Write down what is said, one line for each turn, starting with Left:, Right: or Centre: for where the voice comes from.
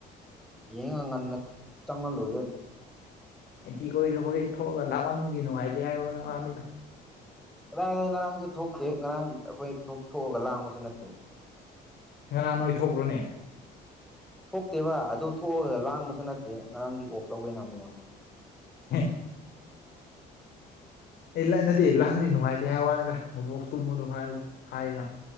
Centre: ꯌꯦꯡꯉ ꯉꯟꯅ ꯆꯪꯉ ꯂꯣꯏꯔꯦ
Left: ꯑꯦꯟꯇꯤ ꯀꯣꯏꯗꯈꯣꯏ ꯊꯣꯛꯑꯒ ꯂꯥꯛꯃꯟꯒꯤ ꯅꯨꯡꯉꯥꯏꯇꯦ ꯍꯥꯏꯕ ꯅꯉꯅꯤꯗ
Centre: ꯀꯗꯥꯏꯗ ꯉꯔꯥꯡꯁꯨ ꯊꯣꯛꯇꯦ ꯉꯔꯥꯡ ꯑꯩꯈꯣꯏ ꯊꯣꯛꯑꯒ ꯂꯥꯡꯕꯁꯨ ꯅꯠꯇꯦ
Left: ꯉꯔꯥꯡ ꯅꯣꯏ ꯊꯣꯛꯣꯛ꯭ꯔꯨꯅꯦ
Centre: ꯊꯣꯛꯇꯦꯕ ꯑꯗꯨ ꯊꯣꯛꯑꯒ ꯂꯥꯡꯕꯁꯨ ꯅꯠꯇꯦ ꯉꯔꯥꯡꯗꯤ ꯑꯣꯐ ꯂꯧꯋꯦꯅ ꯃꯌꯥꯝ
Left: <inaudible> ꯑꯦ ꯂ ꯅꯠꯇꯦ ꯂꯥꯛꯒꯗꯤ ꯅꯨꯡꯉꯥꯏꯇꯦ ꯍꯥꯏ ꯋꯥꯅꯤꯒ ꯃꯕꯣꯛꯇꯨꯝꯃꯨꯗꯣ ꯍꯥꯏ ꯍꯥꯏꯅ